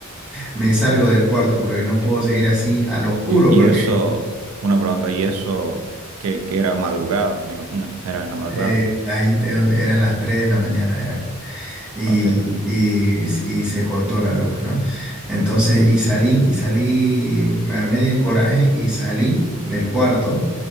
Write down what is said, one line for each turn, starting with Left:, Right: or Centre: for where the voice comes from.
Centre: me salgo del cuarto porque no puedo seguir así al oscuro
Right: Y,
Centre: porque
Right: y eso, una pregunta, y eso, que, que era madrugada, me imagino, era en la madrugada.
Centre: eh, ahí te- donde eran las 3 de la mañana eran. Y,
Right: Ok.
Centre: y, y se cortó la luz, ¿no? Entonces, y salí, y salí, me armé de coraje y salí del cuarto,